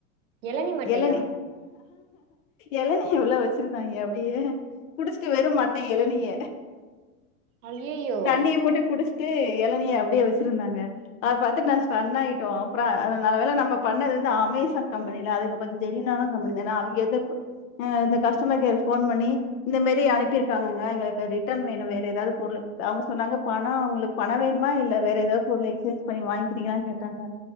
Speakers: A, on the right; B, on the left.
A: இளநி மட்டையா?
B: எளநீ எளநிய உள்ள வச்சிருக்காங்ய அப்படியே குடிச்ட்டு வெறும் மட் எளநிய
A: ஐயையோ
B: தண்ணிய மட்டு குடிச் டு எளநிய அப்டியே வெச்சிருந்தாங்க அது பாத்து நா ஸ்டன் ஆயிட்டோ அப்றோ அது நல்ல வேல நம்ம பண்ணது வந்து அமேசான் கம்பெனில அது என்மோ கொஞ்சோ ஜெனியூனான கம்பெனி தா ஏனா அவங்க <unintelligible> அ, இந்த கஸ்டமர் கேர்க்கு ஃபோன் பண்ணி இந்த மாரி அனுப்பி டாங்கங்க எங்களுக்கு ரிட்டன் வேணு வேற எதாவ்து பொருளு அவங்க சொன்னாங்க பணோ உங்களுக்கு பணோ வேணுமா இல்ல வேற எதாவ் பொருளு எக்சேஞ் பண்ணி வாங்க்கிறீங்களானு கேட்டாங்க